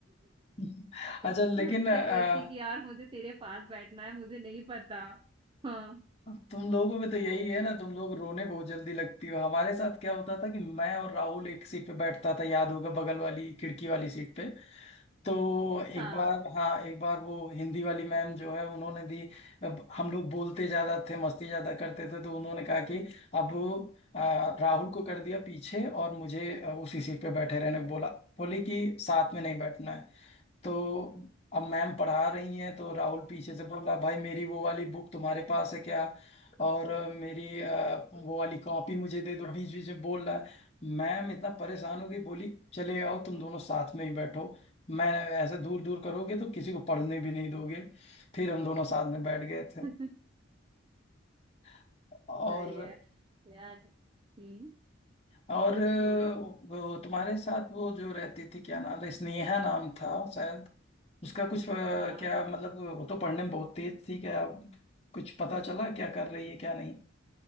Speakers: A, on the left; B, on the right.
A: <laughs> अच्छा
B: <laughs>
A: लेकिन
B: तो
A: अ,
B: बोलती कि यार मुझे तेरे पास बैठना है मुझे नहीं पता हाँ
A: अब तुम लोगों में तो यही
B: वो
A: है ना तुम लोग रोने बहुत जल्दी लगती हो हमारे साथ क्या होता था कि मैं और राहुल एक सीट पे बैठता था याद होगा बगल वाली खिड़की वाली सीट पे तो एक
B: हाँ
A: बार हाँ एक बार वो हिंदी वाली मैम जो है उन्होंने भी अब हम लोग बोलते ज्यादा थे मस्ती ज्यादा करते थे तो उन्होंने कहा कि अब आ, राहुल को कर दिया पीछे और मुझे आ, उसी सीट पे बैठे रहने को बोला बोली कि साथ में नहीं बैठना है तो अब मैम पढ़ा रही हैं तो राहुल पीछे से बोल रहा भाई मेरी वो वाली बुक तुम्हारे पास है क्या और अ, मेरी अ, वो वाली कॉपी मुझे दे दो बीच बीच में बोल रहा है मैम इतना परेशान हो गई बोली चले आओ तुम दोनों साथ में ही बैठो मैं ऐसे दूर दूर करोगे तो किसी को पढ़ने भी नहीं दोगे फिर हम दोनों साथ में बैठ गए थे
B: <laughs> सही
A: <laughs> और
B: है यार हम्म
A: और अ,
B: बोलो
A: वो तुम्हारे साथ वो जो रहती थी क्या नाम था स्नेहा नाम था शायद उसका कुछ अ,
B: हाँ।
A: क्या मतलब वो तो पढ़ने में बहुत तेज थी क्या कुछ पता चला क्या कर रही है क्या नहीं